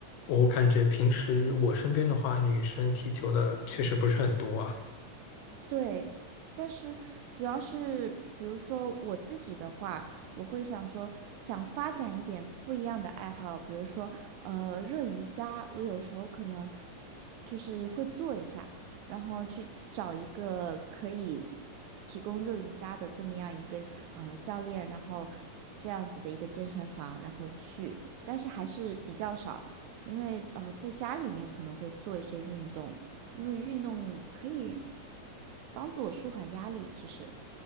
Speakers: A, on the left; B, on the right.
A: 我感觉平时我身边的话，女生踢球的确实不是很多啊。
B: 对，但是主要是，比如说我自己的话，我会想说，想发展一点不一样的爱好，比如说，呃，热瑜伽，我有时候可能就是会做一下，然后去找一个可以提供热瑜伽的这么样一个呃教练，然后这样子的一个健身房，然后去，但是还是比较少，因为呃，在家里面可能会做一些运动。因为运动可以帮助我舒缓压力。其实，